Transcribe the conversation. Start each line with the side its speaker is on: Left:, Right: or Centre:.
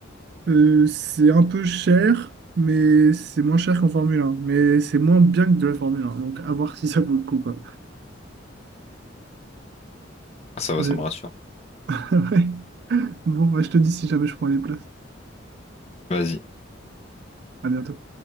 Right: Euh, c'est un peu cher, mais c'est moins cher qu'en Formule 1, mais c'est moins bien que de la Formule 1, donc à voir si ça vaut le coup, quoi.
Left: Ah, Ça va,
Right: Mais-
Left: ça me rassure.
Right: <laughs> ouais. Bon, bah, je te dis si jamais je prends les places.
Left: Vas-y.
Right: À bientôt.